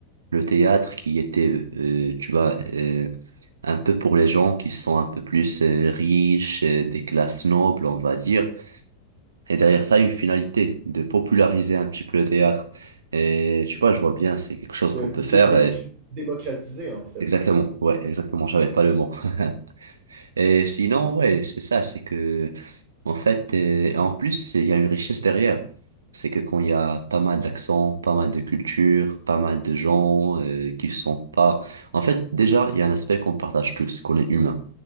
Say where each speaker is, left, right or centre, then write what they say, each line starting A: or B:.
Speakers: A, on the right; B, on the right.
A: le théâtre qui était, euh, tu vois, euh, un peu pour les gens qui sont un peu plus euh, riches, euh, des classes nobles, on va dire. Et derrière ça, une finalité de populariser un petit peu le théâtre. Et tu vois, je vois bien, c'est quelque chose
B: de
A: qu'on peut
B: dé-
A: faire.
B: démocré-
A: et-
B: démocratiser, en fait.
A: Exactement, ouais, exactement, j'avais pas le mot. <laughs> Et sinon, ouais, c'est ça, c'est que en fait, euh, et en plus, il y a une richesse derrière. C'est que quand il y a pas mal d'accents, pas mal de cultures, pas mal de gens euh, qui sont pas... En fait, déjà, il y a un aspect qu'on partage tous, c'est qu'on est humain.